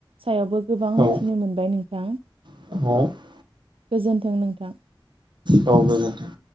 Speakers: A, on the right; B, on the right.
A: सायावबो गोबां
B: औ
A: मिथिनो मोनबाय नोंथां।
B: <unintelligible>
A: गोजोन्थों नोंथां।
B: औ गोजोनथों।